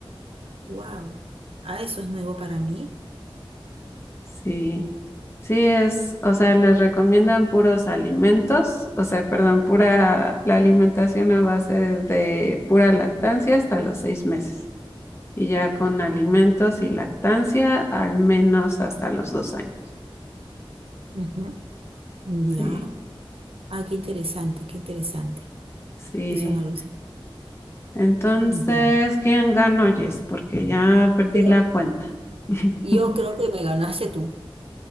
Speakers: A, on the right; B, on the left.
A: Wow. Ah, eso es nuevo para mí.
B: Sí, sí es, o sea, les recomiendan puros alimentos, o sea, perdón, pura la alimentación a base de pura lactancia hasta los seis meses y ya con alimentos y lactancia al menos hasta los dos años.
A: Ujú. Ya.
B: Sí,
A: Ah, qué interesante, qué interesante.
B: sí.
A: Eso no lo sé.
B: Entonces,
A: Ya.
B: ¿quién ganó, Yes? Porque ya perdí
A: Pero
B: la cuenta. <laughs>
A: yo creo que me ganaste tú,